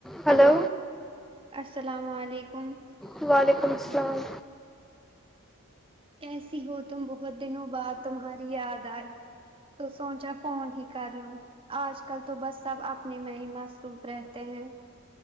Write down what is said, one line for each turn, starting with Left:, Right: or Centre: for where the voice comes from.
Centre: hello
Right: hello السلام علیکم
Centre: وعلیکم السلام
Right: کیسی ہو تم بہت دنوں بعد تمہاری یاد آئے تو سوچا فون ہی کر لو آج کل تو بس سب اپنے میں ہی مصروف رہتے ہیں